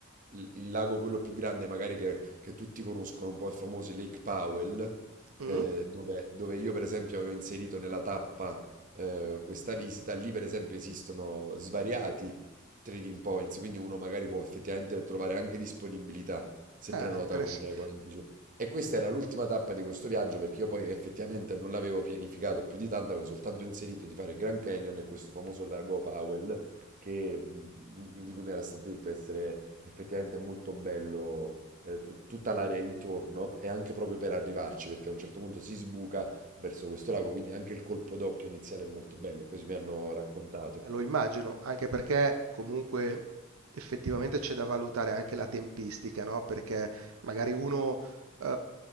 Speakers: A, on the right; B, on the right.
A: il- il lago quello più grande, magari che, che tutti conoscono, un po' il famoso il Lake Powell,
B: Mm?
A: eh, dove, dove io, per esempio, avevo inserito nella tappa, eh, questa visita. Lì, per esempio, esistono svariati trading points, quindi uno magari può effettivamente trovare anche disponibilità se
B: Ah,
A: prenota
B: interessante.
A: con, con anticipo. E questa era l'ultima tappa di questo viaggio perché io poi effettivamente non l'avevo pianificato più di tanto, avevo soltanto inserito di fare Grand Canyon e questo famoso lago Powell che, mh, di cui mi era stato detto essere effettivamente molto bello. eh, tut- tutta l'area intorno e anche proprio per arrivarci perché a un certo punto si sbuca verso questo lago quindi anche il colpo d'occhio iniziale è molto bello così mi hanno raccontato
B: Eh, Lo immagino, anche perché comunque effettivamente c'è da valutare anche la tempistica, no? Perché magari uno, eh,